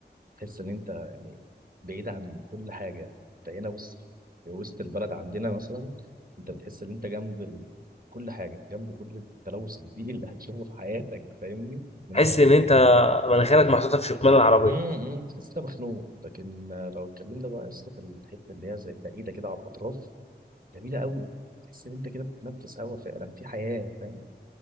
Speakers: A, on the right; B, on the left.
A: تحس ان انت يعني بعيد عن كل حاجه انت هنا بص في وسط البلد عندنا مثلا انت بتحس ان انت جنب ال... كل حاجه جنب كل التلوث البيئي اللي هتشوفه في حياتك فاهمني من
B: تحس
A: الز...
B: ان انت مناخيرك محطوطه في شكمان العربيه
A: امم تحس انت مخنوق لكن آه، لو اتكلمنا بقى يا اسطى في الحته اللي هي زي بعيده كده على الاطراف جميله قوي تحس ان انت كده بتتنفس هوا فعلا في حياه فاهم